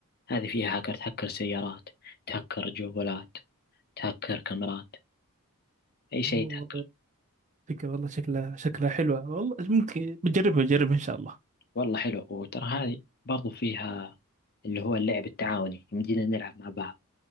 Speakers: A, on the left; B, on the right.
A: هذه فيها هاكر تهكر سيارات تهكر جوالات تهكر كاميرات أي شيء
B: أوه
A: يتهكر
B: والله فكرة والله شكلها شكلها حلوة والله ممكن بجربها بجربها إن شاء الله
A: والله حلو وترى هذه برضو فيها اللي هو اللعب التعاوني يمدينا نلعب مع بعض